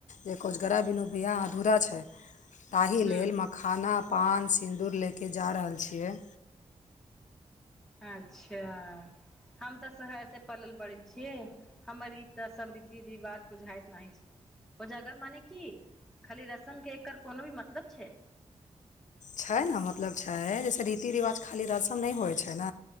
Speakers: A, on the left (about 85°); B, in the centre.
A: जे कोजगरा बिनू बियाह अधूरा छै ताहि
B: हूँ
A: लेल मखाना पान सिन्दूर लेँ के जा रहल छियै
B: अच्छा हम तऽ शहर से पलल बड़ल छियै हमर ई तऽ सब रीति रिवाज बुझाइत नाहि छै कोजागर माने की खाली रस्म के एकर कोनो भी मतलब छै
A: छै ने मतलब छै जैसे रीति रिवाज खाली रसम नय होइ छै न